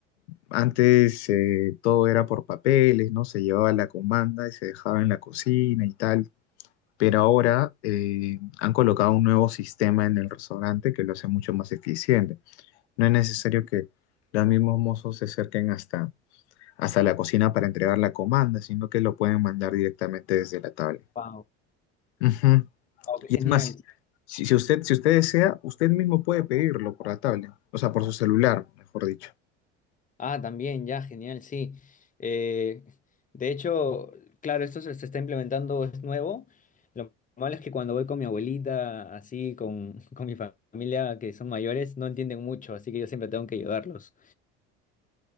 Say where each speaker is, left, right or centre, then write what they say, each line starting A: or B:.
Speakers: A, on the left; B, on the left.
A: Antes eh, todo era por papeles, ¿no? Se llevaba la comanda y se dejaba en la cocina y tal. Pero ahora eh, han colocado un nuevo sistema en el restaurante que lo hace mucho más eficiente. No es necesario que los mismos mozos se acerquen hasta, hasta la cocina para entregar la comanda, sino que lo pueden mandar directamente desde la tabla.
B: Wow.
A: Ujú.
B: Wow, qué
A: Y
B: genial.
A: es más, si, si usted, si usted desea, usted mismo puede pedirlo por la tabla, o sea, por su celular, mejor dicho.
B: Ah, también, ya, genial, sí. Eh, de hecho, claro, esto se, se está implementando, es nuevo. Lo malo es que cuando voy con mi abuelita, así, con, <laughs> con mi familia, que son mayores, no entienden mucho, así que yo siempre tengo que ayudarlos.